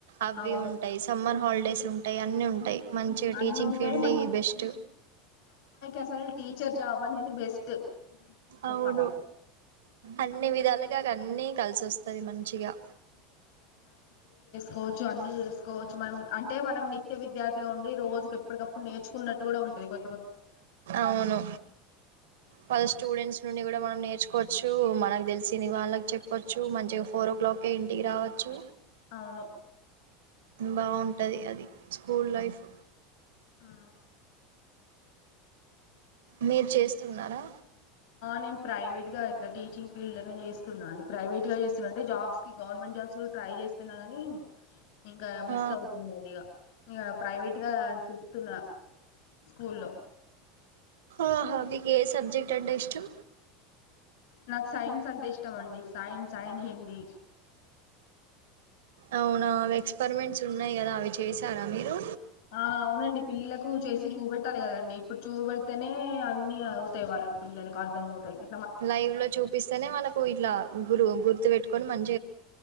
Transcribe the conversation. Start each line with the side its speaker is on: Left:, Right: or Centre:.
Right: అవి
Left: అవును
Right: ఉంటాయి సమ్మర్ హాలిడేస్ ఉంటాయి అన్నీ ఉంటాయి మంచిగా
Left: అన్ని
Right: టీచింగ్
Left: ఉంటాయి
Right: ఫీల్డ్ ఏ బెస్ట్.
Left: అసల్ టీచర్ జాబ్ అనేది బెస్ట్ చెప్పాలంటే
Right: అవును అన్ని విధాలుగా అన్ని కలిసోస్తది మంచిగా
Left: కోవచ్చు అన్ని చేసుకోవచ్చు మనం అంటే మనం నిత్య విద్యార్థిగా ఉ రోజుకి ఎప్పుటికప్పుడు నేర్చుకున్నాట్టు కూడా ఉంటుది కొ
Right: అవును మన స్టూడెంట్స్ నుండి కూడా మనం నేర్చుకోచ్చు మనకు తెలిసింది వాళ్ళకి చెప్పవచ్చు మంచిగా ఫోర్ ఓ క్లాక్ే ఇంటికి రావచ్చు
Left: అవును
Right: బాగుంటది అది స్కూల్ లైఫ్
Left: ఆ
Right: మీరు చేస్తున్నారా
Left: నేను ప్రైవేట్ గాట్లా టీచింగ్ ఫీల్డ్ లోనే చేస్తున్నాంను ప్రైవేట్ గా చేస్తున్నా అంటే జాబ్స్ గవర్నమెంట్ జాబ్స్ ఇప్పుడు ట్రై చేస్తున్నా ని ఇంకా మిస్
Right: ఆ,
Left: అవుతుంది అదిగా ఇక ప్రైవేట్ గా చెప్తున్నా స్కూల్లో
Right: ఆహా మీకు ఏ సబ్జెక్ట్ అంటే ఇష్టం
Left: నాకు సైన్స్ అంటే ఇష్టం అండి సైన్స్ అండ్ హిందీ
Right: అవునావి ఎక్స్పరిమెంట్స్ ఉన్నాయి కదా అవి చేసారా మీరు
Left: ఆ అవునండి పిల్లలకు చేసి చూపెట్టాలి కదండి ఇప్పుడు చూప పెడితేనే అన్ని అవుతాయి వాళ్ళు పిల్లలకు అర్థంవుతాయితే
Right: లైవ్ లో చూపిస్తేనే వాళకు ఇట్లా గురు గుర్తు పెట్టుకొని మంచి